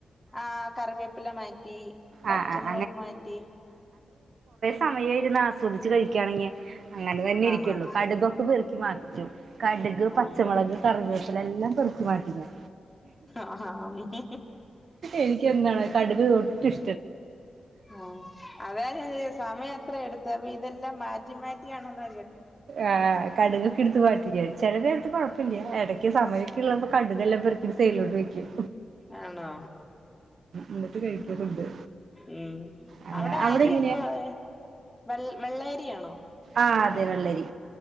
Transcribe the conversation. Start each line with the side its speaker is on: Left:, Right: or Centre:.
Left: ആഹ് കറിവേപ്പില മാറ്റി പച്ചമുളക
Right: ആഹ് ആഹ്
Left: മാറ്റി
Right: സമയെ <unintelligible> ആസ്വദിച്ചു അങ്ങനെ തന്നെ ഇരിക്കുള്ളൂ
Left: ആണോ
Right: കടുകൊക്കെ വെറുക്ക മാറ്റു കടുക് പ പച്ചമുളക്
Left: ആഹ്
Right: കറിവേപ്പില എല്ലാം പെറുക്കി മാറ്റി ഞാൻ
Left: ആന്ന്
Right: എനിക്ക് എന്താണ് കടുക് ഒട്ടു ഇഷ്
Left: ആഹ് അതാ ഞാൻ ചോ സമയം എത്ര എടു ത്ത് ഇതെല്ലാം മാറ്റി മാറ്റിയാണെന്ന്
Right: ആഹ കടുകക്കെ എടുത്ത് പറ്റില്ല ചെില നേരത്ത് കൊഴപ്പില്ല ഏ എടക്കി സമയൊക്കെ ഉള്ള്പ കട്കല്ലാം പെർക്കി സെയിട്ലോട്ട് വെക്കും.
Left: ആണോ
Right: എന്നിട്ട് കഴിക്കിയ ഫുഡ്
Left: ഉം
Right: അങ്ങനെ
Left: അവിടെ അരി
Right: എങ്ങനെയാ
Left: എന്തോ വെ വെള്ളയരിയാണോ?
Right: ആ അതെ വെള്ള രി